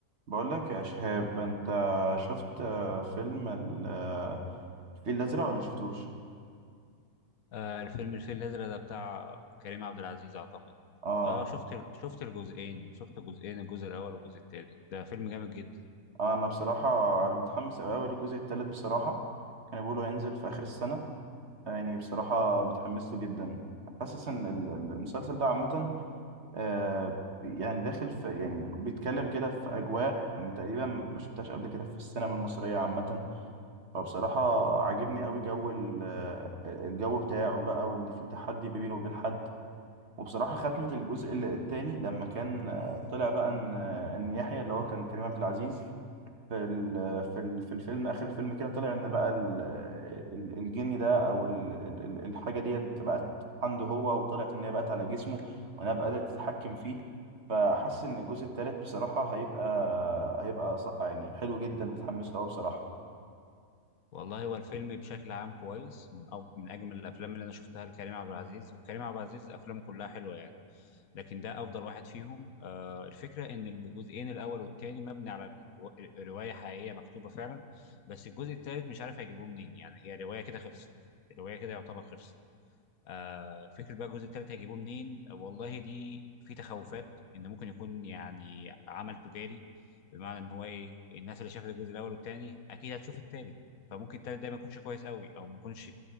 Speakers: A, on the right; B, on the left.
A: بقول لك يا شهاب انت شفت آه، فيلم ال- آه، الفيل الازرق ولا ما شفتوش
B: آه الفيلم الفيل الأزرق ده بتاع كريم عبد العزيز أعتقد
A: اه
B: اه شفت آه. شفت الجزئين شفت جزئين الجزء الأول والجزء التاني ده فيلم جامد جدا
A: انا بصراحه انا متحمس قوي قوي للجزء الثالث بصراحه كانوا بيقولوا هينزل في اخر السنه يعني بصراحه متحمس له جدا حاسس ان ال- ال- المسلسل ده عامه آه، يعني داخل في يعني بيتكلم كده في اجواء تقريبا ما شفتهاش قبل كده في السينما المصريه عامه فبصراحه عاجبني قوي جو ال- آه، الجو بتاعه بقى وان في تحدي ما بينه وبين حد وبصراحة ختمة الجزء الثاني لما كان آه، طلع بقى ان آه، ان يحيى اللي هو كان كريم عبد العزيز في ال- في ال- في الفيلم اخر الفيلم كده طلع ان بقى ال- ال- الجني ده او ال- ال- ال- الحاجة ديت بقت عنده هو وطلعت ان هي بقت على جسمه وانها بدأت تتحكم فيه فحاسس ان الجزء الثالث بصراحة هيبقى هيبقى ص- يعني حلو جدا ومتحمس له أوي بصراحة
B: والله هو الفيلم بشكل عام كويس من أف... من أجمل الأفلام اللي أنا شفتها لكريم عبد العزيز وكريم عبد العزيز أفلامه كلها حلوة يعني لكن ده أفضل واحد فيهم آه الفكرة إن الجزئين الأول والتاني مبني على الو... رواية حقيقية مكتوبة فعلا بس الجزء التالت مش عارف هيجيبوه منين يعني هي رواية كده خلصت الرواية كده يعتبر خلصت آه، فكرة بقى الجزء التالت هيجيبوه منين آه، والله دي في تخوفات ان ممكن يكون يعني عمل تجاري بمعنى ان هو ايه الناس اللي شافت الجزء الاول والتاني اكيد هتشوف التالت فممكن التالت ده ما يكونش كويس قوي او ما يكونش